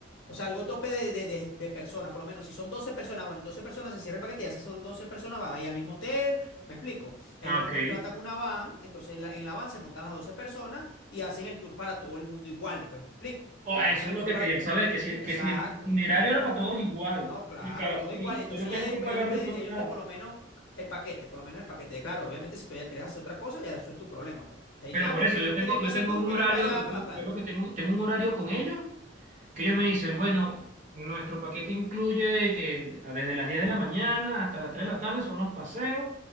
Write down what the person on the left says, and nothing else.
o sea, algo tope de, de, de, de persona, por lo menos. Si son 12 personas, bueno, en 12 personas se cierra el paquete y esas son 12 personas van ahí al mismo hotel. ¿Me explico? Ellos
contratan una van, entonces la- en la van se montan las 12 personas y hacen el tour para todo el mundo igual, pues, ¿me explico?
Hacen
el
tour
para
todo.
Exacto.
No,
claro.
No, claro,
todo
igual. Entonces
ya después
ellos te,
ellos
te por lo menos el paquete, por lo menos el paquete. Claro, obviamente si tú ya quieres hacer otra cosa, ya eso es tu problema, pues. Y dice,
ah,
no,
que yo
no
quiero ir
para ese
tour,
quiero
ir para allá,
para
la playa.